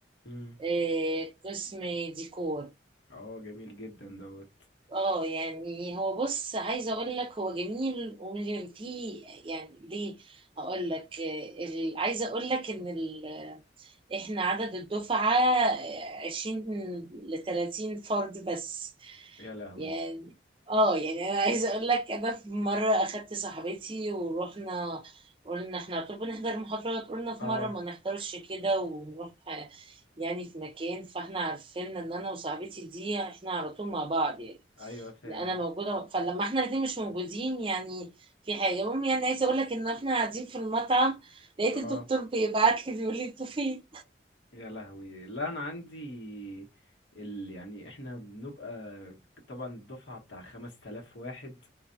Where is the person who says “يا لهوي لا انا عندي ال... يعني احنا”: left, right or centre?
Left